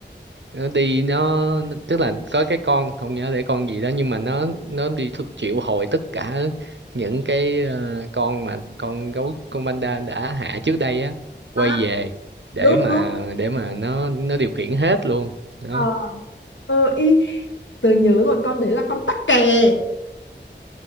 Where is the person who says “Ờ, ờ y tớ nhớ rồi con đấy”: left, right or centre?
Left